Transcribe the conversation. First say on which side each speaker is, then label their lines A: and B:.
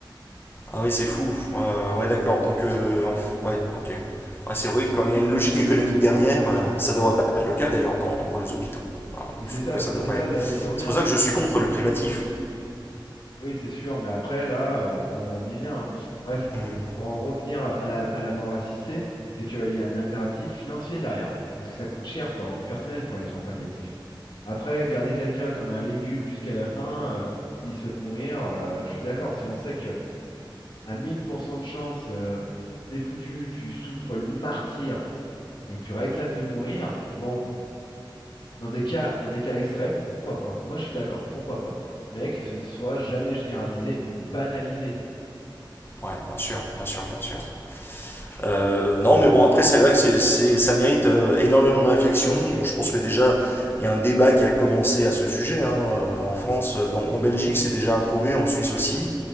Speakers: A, on the left; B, on the left.
A: Ah oui, c'est fou. Euh, ouais, d'accord. Donc, euh, en- ouais, ok. Ouais, c'est vrai que quand il y a une logique économique derrière, euh, ça devrait pas être le cas d'ailleurs dans- pour les hôpitaux. Alors,
B: Et c'est
A: je trouve
B: ça,
A: que ça
B: et
A: devrait.
B: c'est ça là où j'en viens.
A: C'est pour ça que je suis contre le privatif.
B: Oui, c'est sûr, mais après, là, euh, on y vient. hein. Bref,
A: Hmm.
B: et pour en revenir à la, à la mort assistée, c'est qu'il y a un impératif financier derrière, parce que ça coûte cher, il faut avoir du personnel pour les soins palliatifs. Après, garder quelqu'un comme un légume jusqu'à la fin, euh, s'il souhaite mourir, euh, je suis d'accord. Si on sait que à 1000% de chance, euh, t'es foutu, tu souffres le martyre et que tu réclames de mourir, bon, dans des cas, dans des cas extrêmes, pourquoi pas? Moi, je suis d'accord, pourquoi pas? Mais que ce ne soit jamais généralisé ou banalisé.
A: Ouais, bien sûr, bien sûr, bien sûr. Euh, non, mais bon, après, c'est vrai que c'est- c'est- ça mérite euh, énormément de réflexion. Bon, je pense que déjà, il y a un débat qui a commencé à ce sujet hein, euh, en France. Donc, en Belgique, c'est déjà approuvé, en Suisse aussi.